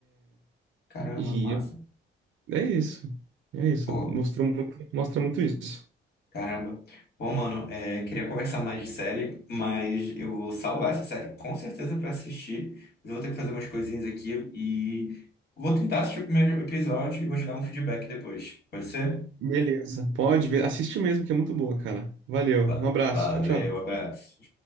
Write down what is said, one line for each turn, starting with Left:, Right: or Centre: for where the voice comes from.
Left: Caramba,
Right: E
Left: massa.
Right: eu- é isso, é isso,
Left: Pô,
Right: mostrou muito, mostra muito isso.
Left: Caramba. Pô, mano, é, queria conversar mais de série, mas eu vou salvar essa série com certeza pra assistir. Mas eu vou ter que fazer umas coisinhas aqui e vou tentar assistir o primeiro episódio e vou te dar um feedback depois. Pode ser?
Right: Beleza, pode ver, assiste mesmo que é muito boa, cara. Valeu,
Left: Va-
Right: um abraço,
Left: Valeu,
Right: tchau, tchau.
Left: abraço.